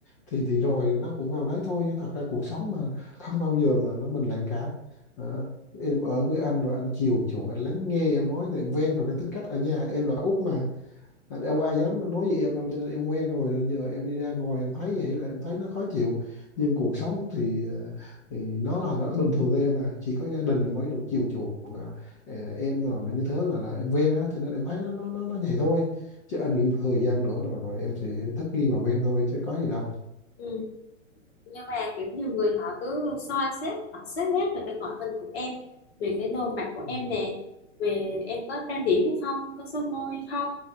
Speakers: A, on the left; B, on the left.
A: thì thì rồi nó cũng vào đấy thôi chứ thật ra cuộc sống mà không bao giờ mà nó bình lặng cả em ở với anh rồi anh chiều chuộng anh lắng nghe em nói thì em quen rồi cái tính cách ở nhà em là út mà à, đâu ai dám nói gì em đâu cho nên em quen rồi nên giờ em đi ra ngoài em thấy vậy là em thấy nó khó chịu nhưng cuộc sống thì, ờ, thì nó là nó bình thường với em à chỉ có gia đình là mới được chiều chuộng à, ờ, em rồi mà như thế là là em quen á cho nên em thấy nó nó nó, nó vậy thôi chứ anh nghĩ một thời gian nữa rồi rồi em sẽ thích nghi và quen thôi chứ có gì đâu
B: ừ. nhưng mà kiểu như người họ cứ soi xét họ xét nét về cái ngoại hình của em về cái nồi mặt của
A: ừ.
B: em nè về em có trang điểm hay không có son môi hay không